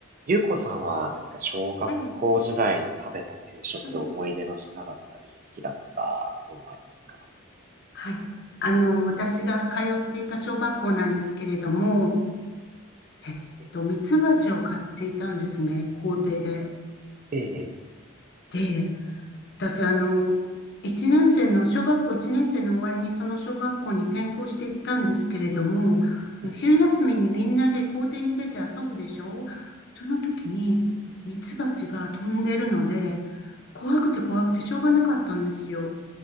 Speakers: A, on the right (about 40°); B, on the left (about 55°).
A: ゆうこさんは何か小学校時代に食べた給食で思い出の品だったり、
B: はい。はい
A: 好きだったものはありますか
B: はい。あの、私が通っていた小学校なんですけれども、えっと、
A: え、
B: ミツバチを飼っていたんですね、校庭で。
A: ええ、
B: で、私、あの、一年生の、小学校1年生の終わりにその小学校に転校していったんですけれども、あの昼休みにみんなで校庭に出て遊ぶでしょ
A: ええ、
B: その時にミツバチが飛んでるので、怖くて怖くてしょうがなかったんですよ。